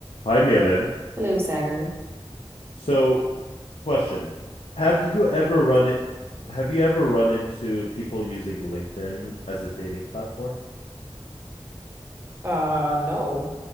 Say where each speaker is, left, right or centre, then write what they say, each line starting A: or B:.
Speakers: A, on the left; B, on the right.
A: Hi, Milan.
B: Hello, Sagar.
A: So, question. Have
B: Mm,
A: you ever
B: Yes.
A: run it, have you ever run into people using LinkedIn as a dating platform?
B: Uh, no,